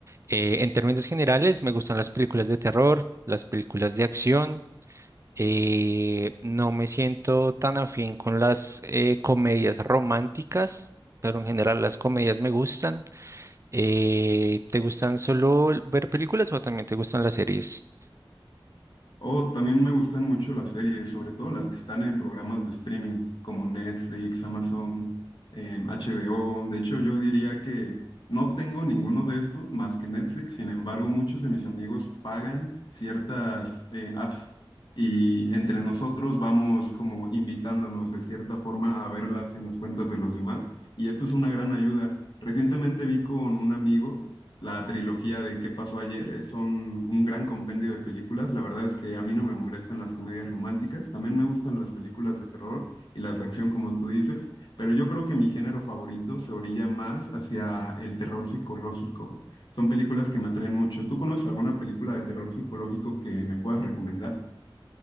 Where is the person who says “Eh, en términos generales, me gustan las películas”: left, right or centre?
Right